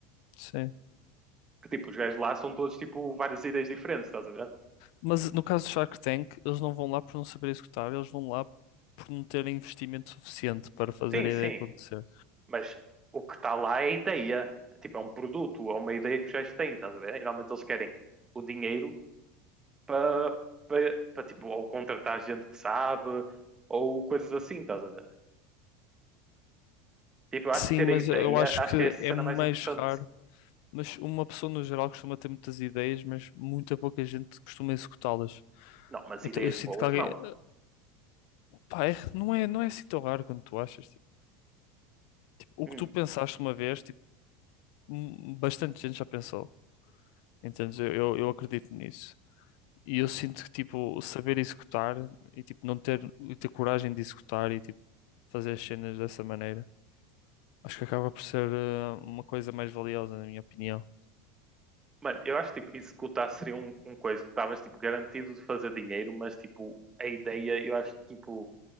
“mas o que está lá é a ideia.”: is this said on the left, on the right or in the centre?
Right